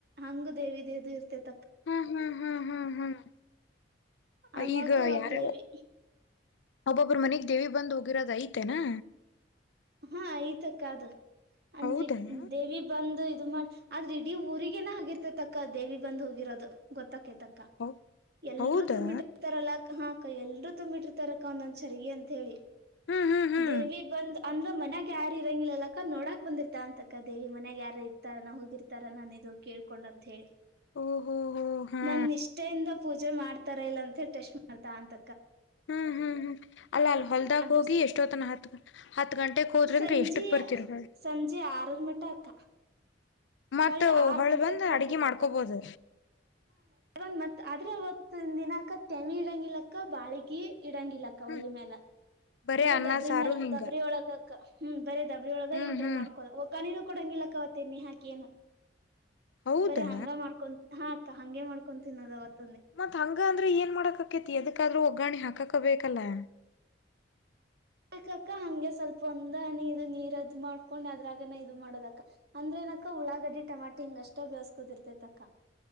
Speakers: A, on the right; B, on the left.
A: ಹಂಗ ದೇವಿ ದೇವ್ದ ಇರ್ತೆತಿ
B: ಹ್ಮ ಹಾಹಾ ಹಾ ಹಾ
A: ಅವಾಗ
B: ಈಗ ಯಾರ
A: ದೇವಿ
B: ಒಬ್ಬೊಬ್ಬರು ಮನೆಗ್ ದೇವಿ ಬಂದ್ ಹೋಗಿರೋದ ಐಯ್ತ ನಾ
A: ಹಾ ಈತಕ್ಕದು ಅಂದ್ರಗ
B: ಹೌದನ
A: ದೇವಿ ಬಂದು ದು ಮಾಡಿ ಆದ್ರ ಇಡೀ ಊರಿಗೇನ ಆಗಿರ್ತೈತಕ್ಕ ದೇವಿ ಬಂದ್ ಹೋಗಿರೋದು ಗೊತ್ತ ತಕತಕ್ಕ
B: ಹೌ
A: ಎಲ್ರು
B: ಹೌದಾ
A: ತುಂಬಿಟ್ಟರ್ತಾರಲ್ಲ ಹಾಕ್ಕ ಎಲ್ರುೂ ತುಂಬಿಟ್ಟಿರ್ತಾರಕ್ಕ ಒಂದೊಂದ್ ಚರ್ಗಿ ಅಂತ ಹೇಳಿ
B: ಹ್ಮ್ ಹ್ಮ್ ಹ್ಮ್
A: ದೇವಿ ಬಂದ ಅಂದ್ರ ಮನ್ಗ ಯಾರ ಇರಂಗಿಲ್ಲಲ್ಲಕ್ಕ ನೋಡಾಕ್ ಬಂದಿರ್ತಾ ಅಂತಕ್ಕ ದೇವಿ ಮನ್ಯಾಗ ಯಾರ ಇರ್ತಾನ ಹೋಗಿರ್ತಾರಾನ ಅ ಇದು ಕೇಳ್ಕೊಂಡಂತ ಹೇಳಿ
B: ಓಹೋ ಹೋ ಹಾ
A: ನನ್ ನಿಷ್ಠೆಯಿಂದ ಪೂಜೆ ಮಾಡ್ತಾರ ಇಲ್ಲ ಅಂತ ಹೇಳಿ ಟೆಸ್ಟ್ ಮಾಡ್ತಾ ಅಂತ
B: ಹ್ಮ್ ಹ್ಮ್ ಹ್ಮ್ ಅಲ್ಲ ಅಲ್ ಹೊಲ್ದಾಗ
A: ಅದ್ರ
B: ಹೋಗಿ ಎಷ್ಟೋತ್ತನ ಹತ್ ಹ ಹತ್ ಗಂಟೆಗೆ ಹೋದ್ರ
A: ಸಂಜೆ
B: ಎಷ್ಟ್ಕ್ ಬರ್ತಿರ ಮೇ
A: ಸಂಜೆ ಆರರ ಮಟ್ಟ ಅಕ್ಕ
B: ಮತ್ತ
A: ಒಳ್ಳಿ ಆರ್
B: ಹೊಳ್
A: ಗಂಟೆಗೆ
B: ಬಂದ್
A: ಬರ್ಬೇಕಕ್ಕಮ್ಮ
B: ಅಡ್ಗಿ ಮಾಡ್ಕೋಬೋದು
A: ದ ಮತ್ ಅದ್ರ ಅವತ್ತ ದಿನಾಕ ತೆಮಿ ಇಡಂಗಲಕ್ಕ ಬಾಳಗಿ ಇಡಂಗಿಲ್ಲಕ್ಕ
B: ಹ್ಮ್
A: ಒಲ್ಲಿ ಮೇಾಲ
B: ಬರೇ
A: ಬರ
B: ಅನ್ನ
A: ದಬ್ರಿ
B: ಸಾರು
A: ಮೇಾಲ
B: ಹಿಂಗ
A: ದಬ್ರಿ ಒಳಗಕ್ಕ ಹ ಬೇರೆ ದಬರಳಗ
B: ಹ್ಮ್
A: ಏನಾರ
B: ಹ್ಮ್
A: ಮಾಡ್ಕೋದ ಕನಿನನು ಕೊಡಂಗಿಲ್ಲಕ್ಕ ಅವತ್ತ ಎಣ್ಣಿ ಹಾಕಿ
B: ಹೌದಾ
A: ಬರ ಹಂಗ ಮಾಡ್ಕೊ ಹಾ ಅಕ್ಕ ಹಗೆ ಮಾಡ್ಕೊ ತಿನ್ನೋದವತ್ತು
B: ಮತ್ ಹಂಗ ಅಂದ್ರೆ ಏನ್ ಮಾಡಕ ಆಕೇತಿ ಎದಕ್ಕಾದ್ರೂ ಒಗ್ಗರಣೆ ಹಾಕಕ್ಕೆ ಕಬೇಕ ಕಲ್ಲ
A: ಹಕ್ಕ ಹಂಗೆ ಸ್ವಲ್ಪ ಒಂದ ನೀ ಇದು ನೀರದ್ ಮಾಡ್ಕೊಂಡ್ ಅದ್ರಾಗನ ಇದು ಮಾಡೋದಕ್ಕ ಅಂದ್ರೆ ನಕ್ಕ ಉಳ್ಳಾಗಡ್ಡಿ ಟಮಾಟೆ ಹಿಂಗ ಅಷ್ಟ ಬೇಯಿಸ್ಕೋದ ಇರತೈತಕ್ಕ.